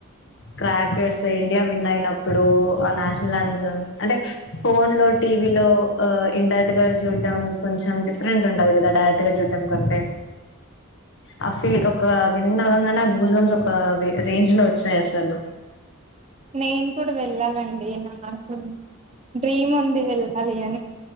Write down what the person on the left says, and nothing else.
క్రాకర్స్ ఇండియా విన్ అయినప్పుడు ఆ నేషనల్ అంతం అంటే ఫోన్ లోటి టీవీలో ఇన్డైరెక్ట్ గా చూడ్డం కొంచెం డిఫరెంట్ ఉంటది కదా డైరెక్ట్ గా చూడ్డం కంటే ఆ ఫీ ఒక విన్ అవంగానే గ్యాస్బమ్స్ ఒక రేంజ్ లో వచ్చాయి అసలు